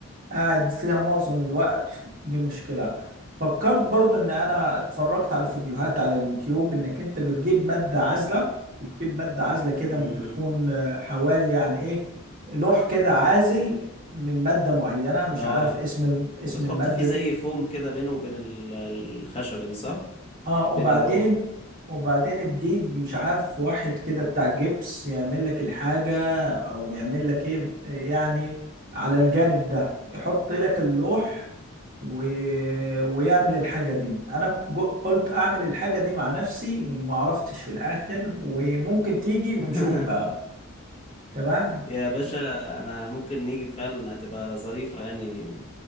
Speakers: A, on the right (about 40°); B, on the left (about 25°).
A: قاعد فيها معظم الوقت دي مشكلة فكرت برضو ان انا اتفرجت على فيديوهات على اليوتيوب انك انت بتجيب مادة عازلة بتجيب مادة عازلة كده
B: امم
A: بتكون آه، حوالي يعني ايه لوح كده عازل من مادة معينة مش
B: اه
A: عارف اسم الم- اسم
B: وبتحط
A: المادة
B: فيه زي
A: دي
B: فوم كده بينه وبين ال- الخشبة دي صح؟
A: اه وبعدين
B: بين اللوح
A: وبعدين تجيب مش عارف واحد كده بتاع جبس يعمل لك الحاجة او يعمل لك ايه يعني على الجانب ده يحط لك اللوح و... ويعمل الحاجة دي انا جو- قلت اعمل الحاجة دي مع نفسي وما عرفتش في الاخر وممكن تيجي ونشوف
B: <laughs>
A: بقى تمام
B: يا باشا انا ممكن نيجي فعلا هتبقى ظريفة يعني